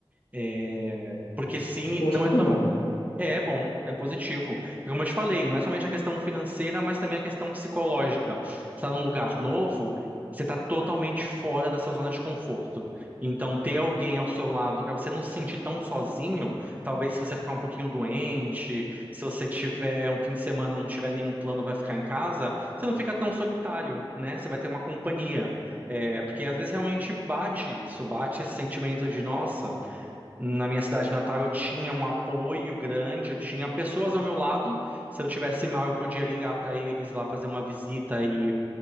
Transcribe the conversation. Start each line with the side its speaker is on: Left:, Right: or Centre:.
Right: É, Porque sim,
Left: Poxa,
Right: não
Left: muito
Right: é só
Left: bom.
Right: é, é bom, é positivo. E como eu te falei, não é somente a questão financeira, mas também a questão psicológica. Você está num lugar novo, você está totalmente fora da sua zona de conforto. Então, ter alguém ao seu lado para você não se sentir tão sozinho, talvez se você ficar um pouquinho doente, se você tiver um fim de semana, não tiver nenhum plano, vai ficar em casa, você não fica tão solitário, né? Você vai ter uma companhia. É, porque às vezes realmente bate isso, bate esse sentimento de, nossa. Na minha cidade natal, eu tinha um apoio grande, eu tinha pessoas ao meu lado. Se eu tivesse mal, eu podia ligar para eles lá fazer uma visita e